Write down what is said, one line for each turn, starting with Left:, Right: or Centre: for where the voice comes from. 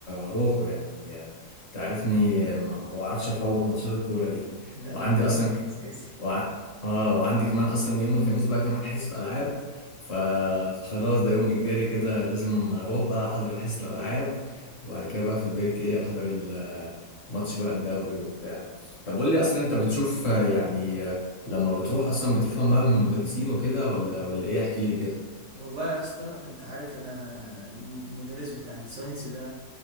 Left: هروحه يعني آه، تعرفني آه، ما ما بعرفش افوت ماتشات الكوره دي
Right: ده
Left: وعندي
Right: اه
Left: اصلا
Right: اساسي
Left: وع... اه وعندي كمان اصلا يوم الخميس بقى كمان حصة العاب ف... فخلاص ده يوم اجباري كده لازم اروح بقى احضر حصة الالعاب وبعد كده بقى في البريك ايه احضر الماتش بقى الدوري وبتاع طب قول لي اصلا انت بتشوف آه، يعني آه، لما بتروح اصلا بتفهم بقى من المدرسين وكده ولا ولا ايه احكي لي كده
Right: والله يا اسطى انت عارف انا م- مدرس بتاع الساينس ده